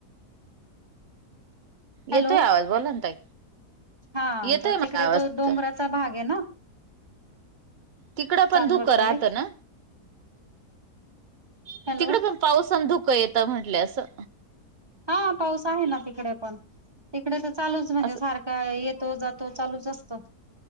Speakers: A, on the right (about 20°); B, on the right (about 50°).
A: हॅलो
B: येतोय आवाज बोला ना ताई.
A: हा
B: येतोय
A: तर
B: मला
A: तिकडे
B: आवाज
A: तो
B: तुमचा
A: डोंगराचा भाग हाय ना.
B: तिकडं पण
A: चांदवडकडे
B: धूकं राहतं ना?
A: हॅलो
B: तिकडे पण पावसान धुकं येतं म्हटलं असं.
A: हा पाऊस आहे ना तिकडे पण तिकडे तर चालूच म्हणजे
B: असं
A: सारखं काय येतो जातो चालूच असतो.